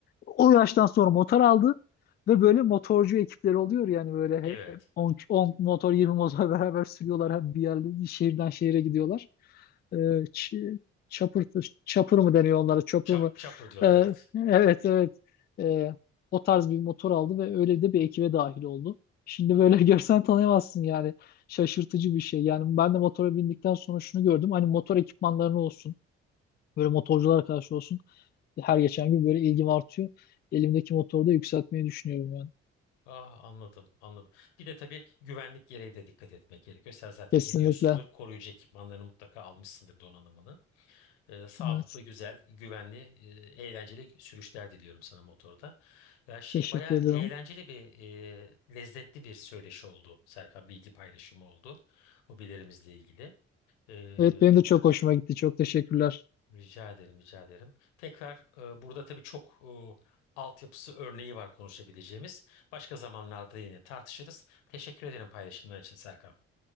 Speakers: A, on the left (about 30°); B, on the left (about 75°).
A: O yaştan sonra motor aldı ve böyle motorcu ekipleri oluyor yani böyle
B: Evet.
A: hep, hep on 10 motor 20 motor <laughs> beraber sürüyorlar hep bir yerde bir şehirden şehire gidiyorlar. Ee, ç- chopper, chopper mı deniyor onlara chopper
B: Chop,
A: mı?
B: chopper diyorlar
A: Ee,
B: evet.
A: evet evet Ee, o tarz bir motor aldı ve öyle de bir ekibe dahil oldu. Şimdi böyle <laughs> görsen tanıyamazsın yani şaşırtıcı bir şey. Yani ben de motora bindikten sonra şunu gördüm hani motor ekipmanlarını olsun böyle motorculara karşı olsun her geçen gün böyle ilgim artıyor. Elimdeki motoru da yükseltmeyi düşünüyorum yani.
B: Ah anladım anladım. Bir de tabii güvenlik gereği de dikkat etmek gerekiyor. Sen zaten
A: Kesinlikle.
B: ediyorsundur. Koruyucu ekipmanlarını mutlaka almışsındır donanımını. Ee, sağlıklı,
A: Evet.
B: güzel, güvenli, e, eğlenceli sürüşler diliyorum sana motorda. Ya şey
A: Teşekkür
B: bayağı
A: ederim.
B: eğlenceli bir, e, lezzetli bir söyleşi oldu. Serkan bilgi paylaşımı oldu. Hobilerimizle ilgili. Ee,
A: Evet benim de çok hoşuma gitti. Çok teşekkürler.
B: Rica ederim, rica ederim. Tekrar e, burada tabii çok e, altyapısı örneği var konuşabileceğimiz. Başka zamanlarda yine tartışırız. Teşekkür ederim paylaşımlar için Serkan.